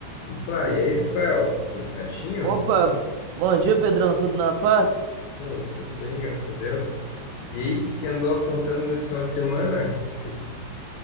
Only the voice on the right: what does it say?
Opa, bom dia, Pedrão, tudo na paz?